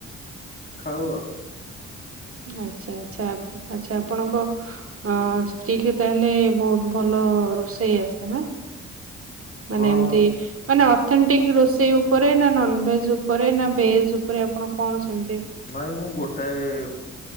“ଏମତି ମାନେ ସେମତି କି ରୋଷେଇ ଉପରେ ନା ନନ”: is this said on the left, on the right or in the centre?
Right